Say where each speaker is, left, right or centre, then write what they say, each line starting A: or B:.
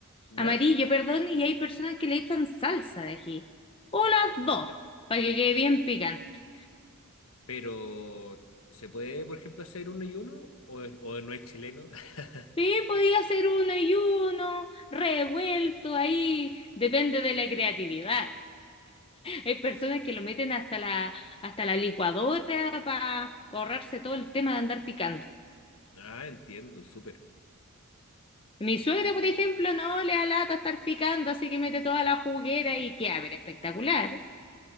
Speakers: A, on the left; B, on the left.
A: ¿ya?
B: amarillo, perdón, y hay personas que le echan salsa de ají. O las dos, para que quede bien picante.
A: Pero ¿se puede, por ejemplo, hacer uno y uno? ¿O, o no es chileno? <laughs>
B: Sí, podía hacer uno y uno, revuelto ahí, depende de la creatividad. Hay personas que lo meten hasta la, hasta la licuadora para ahorrarse todo el tema de andar picando.
A: Ah, entiendo, súper.
B: Mi suegra, por ejemplo, no le da lata estar picando, así que mete toda la juguera y queda, pero espectacular.